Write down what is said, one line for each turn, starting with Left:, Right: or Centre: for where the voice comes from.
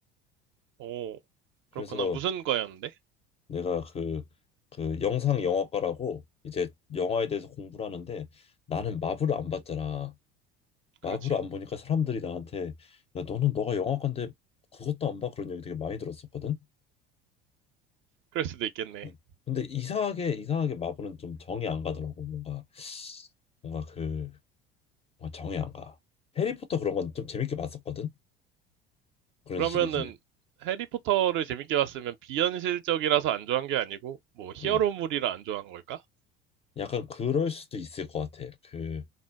Right: 오, 그렇구나.
Left: 그래서
Right: 무슨 과였는데?
Left: 내가 그 그 영상 영화과라고 이제 영화에 대해서 공부를 하는데 나는 마블을 안 봤잖아. 마블을
Right: 그렇지.
Left: 안 보니까 사람들이 나한테 야 너는 너가 영화과인데 그것도 안 봐? 그런 얘기 되게 많이 들었었거든.
Right: 그럴 수도 있겠네.
Left: 응. 근데 이상하게 이상하게 마블은 좀 정이 안 가더라고. 뭔가 뭔가 그 뭔가 정이 안 가. 해리포터 그런 건 좀 재밌게 봤었거든. 그런
Right: 그러면은
Left: 시리즈는.
Right: 해리포터를 재밌게 봤으면 비현실적이라서 안 좋아한 게 아니고 뭐 히어로물이라
Left: 응.
Right: 안 좋아한 걸까?
Left: 약간 그럴 수도 있을 것 같아. 그